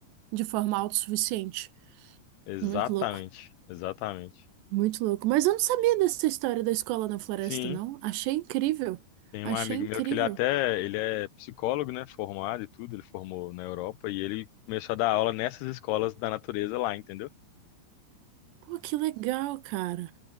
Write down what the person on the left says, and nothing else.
Exatamente,
exatamente.
Sim.
Tem
um amigo
meu que ele até, ele é psicólogo, né, formado e tudo, ele formou na Europa e ele começou a dar aula nessas escolas da natureza lá, entendeu?